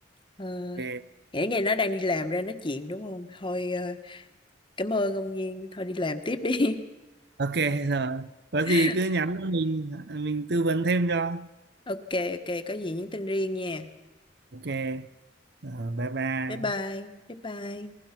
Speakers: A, on the left (about 30°); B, on the right (about 65°).
A: Ờ,
B: ok
A: nghĩ ngày nó đang đi làm ra nói chuyện đúng không? Thôi, ờ, cảm ơn ông Nhiên. Thôi đi làm tiếp đi.
B: ok rồi có
A: <laughs>
B: gì cứ nhắn cho mình mình tư vấn thêm cho
A: Ok, ok. Có gì nhắn tin riêng nha.
B: ok rồi, bye bye
A: Bye bye. Bye bye.